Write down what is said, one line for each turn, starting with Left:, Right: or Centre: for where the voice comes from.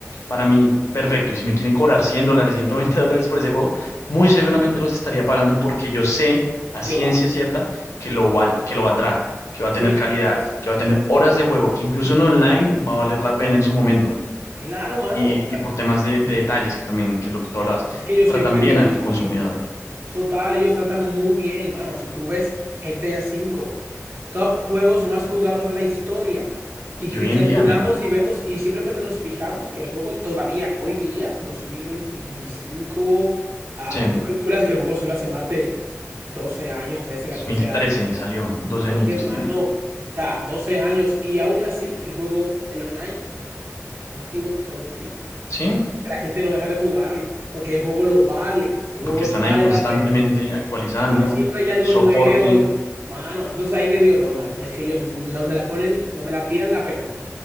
Left: para mí, perfecto. Y si me quieren cobrar 100 dólares, 120 dólares por ese juego, muy seguramente los estaría pagando porque yo sé a ciencia
Right: lo valen.
Left: cierta que lo, val- que lo valdrá, que va a
Right: Sí,
Left: tener calidad,
Right: sí, sí, sí,
Left: que va
Right: sí,
Left: a tener horas de juego, que incluso en online va a valer la pena en su momento.
Right: claro, mano.
Left: Y, y por temas de, de detalles, que también, que es lo que tú hablabas,
Right: Es que ellos
Left: que tratan
Right: siempre
Left: bien
Right: invierten
Left: al consumidor.
Right: bien. Total, ellos tratan muy bien, mano. Si tú ves GTA cinco, top juegos más jugados de la historia, y
Left: Y
Right: que
Left: hoy en
Right: calculamos
Left: día, men,
Right: y vemos y simplemente nos fijamos que el juego todavía hoy día, 2025, ah,
Left: sí,
Right: tú calculas que el juego se lo hace más de 12 años, 13, 14
Left: 2013
Right: años.
Left: salió, doce
Right: Oye,
Left: añitos
Right: mano,
Left: tiene,
Right: o sea, 12 años y aún así el juego, el online, activo todo el tiempo.
Left: sí,
Right: La gente no deja de jugarlo porque el juego lo vale, el
Left: y
Right: juego
Left: porque están
Right: vale
Left: ahí constantemente
Right: la pena.
Left: actualizando,
Right: Ay, siempre hay algo
Left: soporte,
Right: nuevo, mano. Entonces ahí que digo, no, mano, es que ellos donde la ponen, donde la tiran, la pegan.